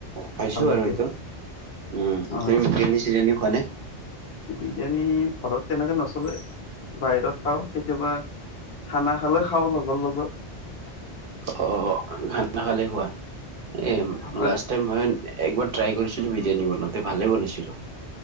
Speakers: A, on the right; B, on the left.
A: খাইছো আৰু
B: লাগে
A: এইটো উ তুমি
B: হয়
A: বিৰিয়ানী চিৰিয়ানী খোৱা নে।
B: বিৰিয়ানী ঘৰত তেনেকে নচলে বাহিৰত খাওঁ কেতিয়াবা। খানা খালে খাওঁ লগৰ লগত।
A: অহ ভাত নাখালে খোৱা। এ
B: হয়
A: লাষ্ট টাইম মই একবাৰ ট্ৰাই কৰিছিলো বিৰিয়ানী বনাওতে ভালে বনাইছিলো।